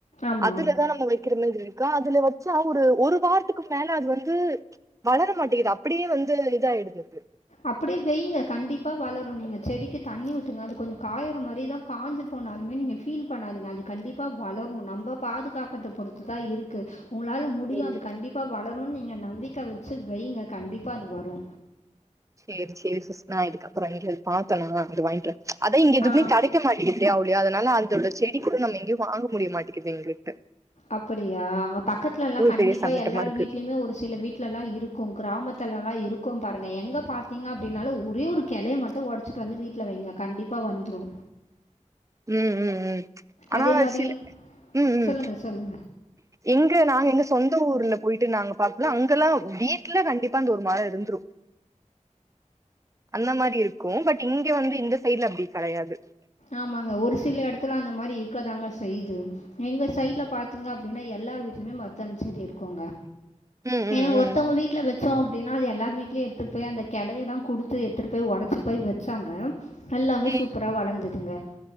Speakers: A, on the left (about 60°); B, on the right (about 25°).
A: ஆமாம்
B: அதுலதா நம்ம வைக் கிற மாதிரி இருக்கு அதுல வச்சா ஒரு ஒரு வாரத்துக்கு மேல அது வந்து வளர மாட்டிங்குது அப்டியே வந்து இதாய்டுதுக்கு
A: அப்டியே வெய்ங்க கண்டிப்பா வளரு நீங்க செடிக்கு தண்ணி ஊத்துங்க அது கொஞ்சோ காயற மாரிதா காஞ்சு போனாலுமே நீங்க ஃபீல் பண்ணாதிங்க அது கண்டிப்பா வளரு நம்ப பாதுகாக்கறத பொறுத்து தா இருக்கு உங்களால முடியு அது
B: ம்
A: கண்டிப்பா வளருன் நீங்க நம்பிக்க வச்சு வெய்ங்க கண்டிப்பா அது வரு
B: சேரி சேரி சிஸ் நா இதுக்கப்பறோ எங்யாது பாத்தனா வந்து வாய்ங்க்கிறே அதா இங்க எதுமே
A: ஆ
B: கெடைக்க மாட்டிக்கி டே ஆவுல்லயா அதுனால அந்தோட செடி கூட நம்ம எங்கயு வாங்க முடிய மாட்டிக்குது எங்ளுக்கு
A: அப்படியா அங்க பக்கத்லல்லா கண்டிப்பா
B: பெரிய சங்கட்டமா
A: எல்லார்
B: இருக்கு
A: வீட்லியுமே ஒரு சில வீட்லெல்லா இருக் கு கிராமத்துலல்லா இருக்கும் பாருங்க எங்க பாத்தீங்க அப்டின்னாலு ஒரே ஒரு கெளைய மட்டு ஒட ச்சிட்டு வந்து வீட்ல வைங்க கண்டிப்பா வந்துரு
B: ம் ம் ம் ஆனா
A: அதே
B: ஒரு
A: மாதிரி
B: சில ம் ம்
A: சொல்லுங்கள் சொல்லுங்கள்
B: எங்க நாங்க எங்க சொந்த ஊர்ல போய்ட்டு நாங்க பாக்லா அங்கெல்லா ம் வீட்ல கண்டிப்பா அந்த ஒரு மரோ இருந்துரு அந்த மாரி இருக்கு பட் இங்க வந்து இந்த சைட்ல அப்டி கெடையாது
A: ஆமாங்க ஒரு சில எடத்துல அந்த மாரி இருக்கதாங்க செய்து எங்க சைட்ல பாத்தீங்க அப்டின்னா எல்லார் வீட்லயுமே மர்தாணி செடி இரு க்குங்க
B: ம் ம்
A: ஏனா
B: ம்
A: ஒருத்தவ்ங்க வீ ட்ல வச்சோ அப்டின்னா அது எல்லார் வீட்லயு எடுத்துட் போய் அந்தக் கெளைய தா குடுத்து எடுத்துட்டு போய் ஒடச்சு போய் வெச்சாங்க நல்லாவே
B: ம்.
A: சூப்பரா வளந்துதுங்க